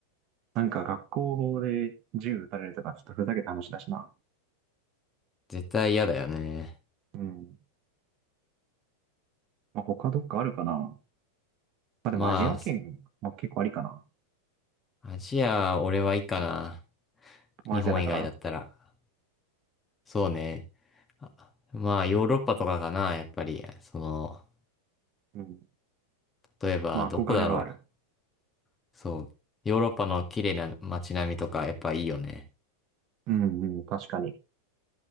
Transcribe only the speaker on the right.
なんか学校法で銃撃たれるとか、ちょっとふざけた話だしな。
うん。まあ、他どっかあるかな。まあ、でもアジア圏も結構ありかな。
まあアジアだから。
うん。
まあ、
憧れはある。
うんうん、確かに。